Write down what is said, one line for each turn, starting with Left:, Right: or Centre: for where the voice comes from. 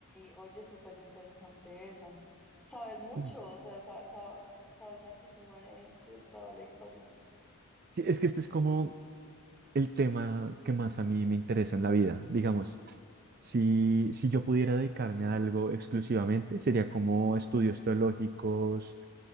Centre: oye, súper interesante eso. Sabes mucho,
Right: Mm.
Centre: o sea, sa- sa- sabes hartísimo de, de toda la historia.
Right: Sí, es que este es como el tema que más a mí me interesa en la vida. Digamos, si, si yo pudiera dedicarme a algo exclusivamente, sería como estudios teológicos,